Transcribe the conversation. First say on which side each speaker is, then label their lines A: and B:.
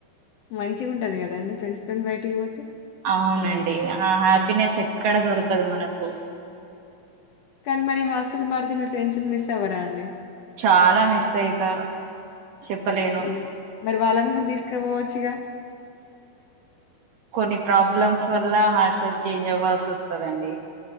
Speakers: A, on the left; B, on the right.
A: మంచిగా ఉంటది కదా అండి ఫ్రెండ్స్ తోటి బయటికి పోతే.
B: అవునండి ఆ హ్యాపీనెస్ ఎక్కడ దొరకదు మనకు.
A: కనీ మరి హాస్టల్ మారితే మీ ఫ్రెండ్స్ ని మిస్ అవ్వరా అండి?
B: చాల మిస్ అయితా. చెప్పలేను
A: ఉమ్ మరి వాళ్ళని గుడ తీసుకపోవచ్చుగా?
B: కొన్ని ప్రాబ్లమ్స్ వల్ల హాస్టల్ చేంజ్ అవ్వాల్సి వస్తదండి.